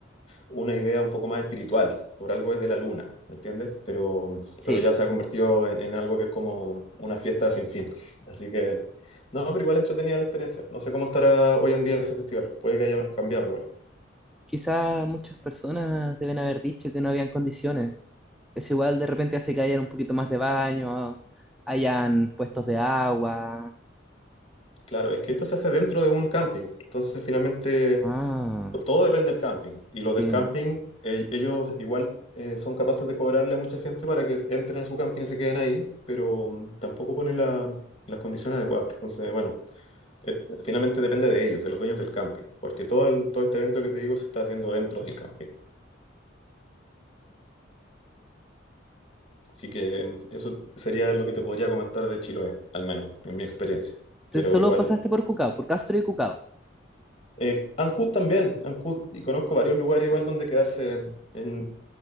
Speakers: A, on the left; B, in the centre.
A: una idea un poco más espiritual, por algo es de la luna, ¿me entiendes? Pero,
B: sí.
A: pero ya se ha convertido en, en algo que es como una fiesta sin fin. Así que, no, pero igual entretenida la experiencia. No sé cómo estará hoy en día ese festival, puede que haya cambiado igual.
B: Quizás muchas personas deben haber dicho que no habían condiciones. Eso igual de repente hace que hayan un poquito más de baño, hayan puestos de agua.
A: Claro, es que esto se hace dentro de un camping, entonces finalmente
B: Ah,
A: to- todo depende del camping. Y los
B: sí.
A: del camping, eh, ellos igual... eh, son capaces de cobrarle a mucha gente para que entren a su camping y se queden ahí, pero mm, tampoco ponen la- las condiciones adecuadas. Entonces, bueno, eh, finalmente depende de ellos, de los dueños del camping, porque todo, el- todo este evento que te digo se está haciendo dentro del camping. Así que mm, eso sería lo que te podría comentar de Chiloé, al menos en mi experiencia.
B: Entonces
A: Pero
B: solo
A: igual,
B: pasaste por Cucao, por Castro y Cucao.
A: eh, Ancud también, Ancud, y conozco varios lugares igual donde quedarse en,